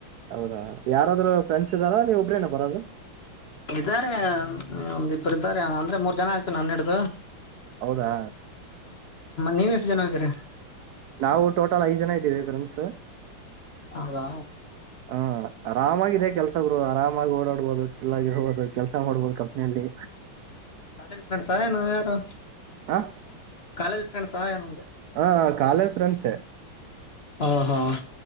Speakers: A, on the right; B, on the left.
A: ಹೌದಾ ಯಾರಾದ್ರರು ಫ್ರೆಂಡ್ಸ್ ಇದ್ದಾರಾ ನೀವ್ ಒಬ್ರೆನಾ ಬರೋದು.
B: ಇದ್ದಾರೆ ಒಂದಿಬ್ಬರು ಇದ್ದಾರೆ ಅಂದ್ರೆ ಮೂರ್ ಜನ ಆಗ್ತಾರೆ ನನ್ನಿಡಿದು.
A: ಹೌದಾ.
B: ನೀವ್ ಎಷ್ಟು ಜನ ಹೋಗ್ಯಾರೆ.
A: ನಾವು ಟೋಟಲ್ ಐದ್ ಜನ ಇದ್ದೇವಿ ಫ್ರೆಂಡ್ಸು.
B: ಹೌದಾ
A: ಹ ಆರಾಮಾಗಿದೆ. ಕೆಲ್ಸ ಬ್ರೊ ಆರಾಮಾಗಿ ಓಡಾಡ್ಬಹುದು ಚಿಲ್ಲಾಗಿರ್ಬಹುದು ಕೆಲ್ಸ ಮಾಡ್ಬೋದು ಕಂಪನಿಲಿ.
B: ಕಾಲೇಜ್ ಫ್ರೆಂಡ್ಸ ಏನು ಯಾರು
A: ಆ
B: ಕಾಲೇಜ್ ಫ್ರೆಂಡ್ಸ ಏನಂದೆ
A: ಹಾ ಕಾಲೇಜ್ ಫ್ರೆಂಡಸರ್
B: ಹಾ ಹಾ